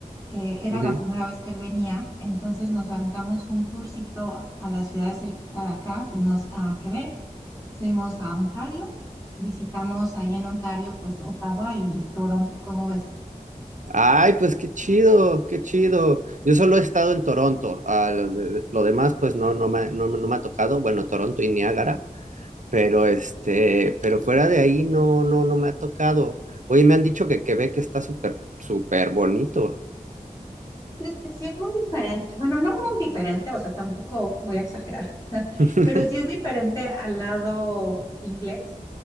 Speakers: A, on the left; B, on the right.
A: eh, era
B: Ujú.
A: la primera vez que él venía, entonces nos aventamos un tourcito a, a la ciudad de cerquita de acá. Fuimos a Quebec, fuimos a Ontario, visitamos ahí en Ontario, pues Ottawa y Toronto, ¿cómo ves?
B: Ay, pues qué chido, qué chido. Yo solo he estado en Toronto. Ah, lo, de- lo demás, pues no, no me, no, me no me ha tocado. Bueno, Toronto y Niágara, pero este, pero fuera de ahí no, no, no me ha tocado. Oye, me han dicho que Quebec está súper, súper bonito.
A: Pues que sí es muy diferente, bueno, no muy diferente, o sea, tampoco voy a exagerar, <laughs>
B: <laughs>
A: pero sí es diferente al lado inglés,